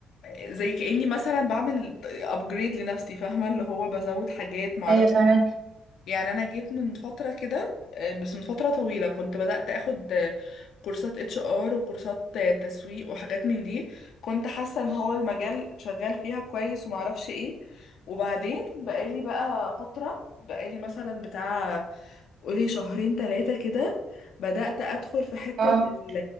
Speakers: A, on the left; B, on the right.
A: زي كأني مثلا بعمل ابجريد لنفسي فاهمة اللي هو بزود حاجات معرفش
B: ايوه فاهمك
A: يعني انا جيت من فتره كده آه، بس من فتره طويله كنت بدات اخد آه، كورسات اتش ار وكورسات آه، تسويق وحاجات من دي كنت حاسه ان هو المجال شغال فيها كويس ومعرفش ايه وبعدين بقالي بقى فتره بقالي مثلا بتاع قولي شهرين ثلاثه كده بدات ادخل في حته
B: اه
A: ال-